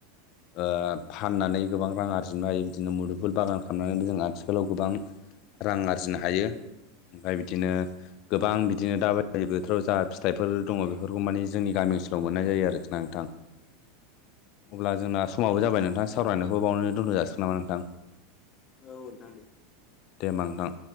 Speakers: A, on the left (about 50°); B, on the left (about 30°).
A: ओ फाननानै गोबां रां आरजि नो हायो बिदिनो मुदुफल बागान खालामनानैबो जों आथिखालाव गोबां रां आरजिनो हायो ओमफ्राय बिदिनो गोबां बिदिनो दा बायदि बोथोराव जा फिथाइफोर दङ बेफोरखौ माने जोंनि गामि ओनसोलाव मोननाय जायो आरोखि ना नोंथां अब्ला जोंना समाबो जाबाय नोंथां सावरायनायखौबो बावनो दोनथ' जासि खोनाबाय नोंथां
B: औ नोंथां दे
A: दे ओमबा नोंथां